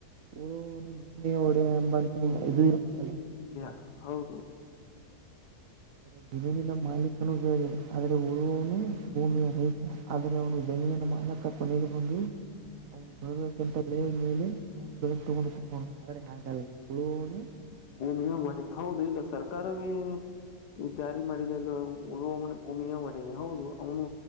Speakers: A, on the right; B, on the left.
A: ಓದುವವನೇ ಮನೆಯ ಒಡೆಯ ಎಂಬಂತೆ ಇದು ಇರ್ತದ.
B: ಹ ಹೌದು
A: ಆದ್ರೆ ಜಮೀನಿನ ಮಾಲೀಕನೂ ಬೇರೆ ಆದರೆ ಉಳುವವನು ಭೂಮಿಯ ರೈತ. ಆದೆರೆ ಅವನು ಜಮೀನಿನ ಮಾಲಿಕಾ ಕೊನೆಗೆ ಬಂದು ಅವನು ಬೆಳೆದಿರ್ತಕಂತಕ್ಕ ಬೆಲೆ ಬೆಲೆಯ ಮೇಲೆ ಅವನು ದುಡ್ಡು ತಗೊಂಡು ಕುಡ್ಕೊಂಡ ಆದ್ರೆ ಹಾಗಲ್ಲ ಉಳುವವನು
B: ಭೂಮಿಯ ಒಡೆಯ ಹೌದು ಈಗ ಸರ್ಕಾರವೇ ಈ ಜಾರಿಗೆ ಮಾಡಿದೇಯಲ್ಲ ಉಳುವವನ ಭೂಮಿಯ ಒಡೆಯ ಹೌದು ಅವನು